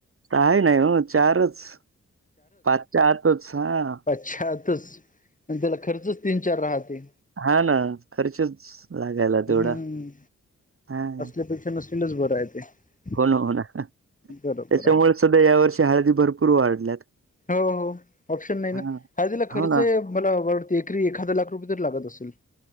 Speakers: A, on the right (about 45°); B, on the left (about 25°).
A: का आहे नाही म चारच पाचच्या आतच हा.
B: पाश्चातच आणि त्याला खर्चच तीन चार राहते.
A: हा ना खर्चच लागायला
B: हम्म
A: तेवढा हां.
B: असल्यापेक्षा नसलेलच बरं आहे ते
A: हो ना हो ना त्याच्यामुळे
B: बरोबर आहे.
A: सध्या या वर्षी हळदी भरपूर वाढल्यात.
B: हो हो ऑप्शन नाही ना
A: हां,
B: हा तिला खर्च
A: हो ना.
B: आहे. मला वार एकरी एखादा लाख रुपये तर लागत असेल.